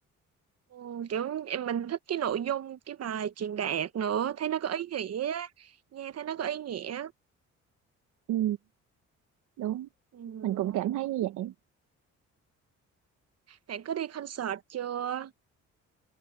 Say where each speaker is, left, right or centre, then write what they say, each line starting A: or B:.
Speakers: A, on the right; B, on the right.
A: ừ, kiểu em- mình thích cái nội dung cái bài truyền đạt nữa thấy nó có ý nghĩa nghe thấy nó có ý nghĩa
B: ừ, đúng
A: ừ.
B: mình cũng cảm thấy như vậy
A: bạn có đi concert chưa